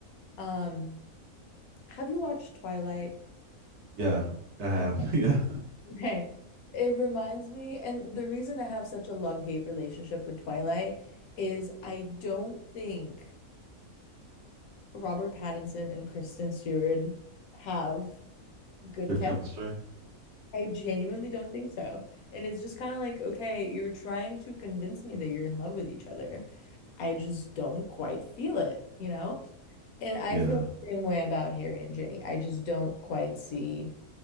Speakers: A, on the left (about 75°); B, on the right (about 60°).
A: um, have you watched Twilight?
B: Yeah, I have.
A: Okay,
B: <laughs> Yeah.
A: <laughs> okay. It reminds me, and the reason I have such a love-hate relationship with Twilight is I don't think Robert Pattinson and Kristen Stewart have good
B: Good
A: chemistry.
B: chemistry.
A: I genuinely don't think so. And it's just kind of like, okay, you're trying to convince me that you're in love with each other. I just don't quite feel it, you know? And I
B: Yeah.
A: feel the same way about Harry and Ginny. I just don't quite see